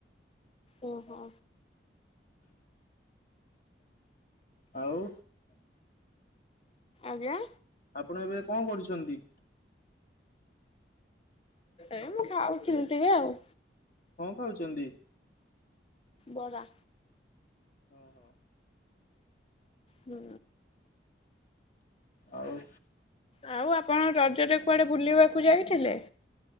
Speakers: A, on the left; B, on the left.
A: ଓହୋ।
B: ଆଉ?
A: ଆଜ୍ଞା?
B: ଆପଣ ଏବେ କଁ କରୁଛନ୍ତି।
A: ଏ ମୁଁ ଖାଉଥିଲି ଟିକେ ଆଉ।
B: କଁ ଖାଉଛନ୍ତି।
A: ବରା।
B: ହଁ ହଁ।
A: ହୁଁ।
B: ଆଉ?
A: ଆଉ ଆପଣ ରଜରେ କୁଆଡ଼େ ବୁଲିବାକୁ ଯାଇଥିଲେ?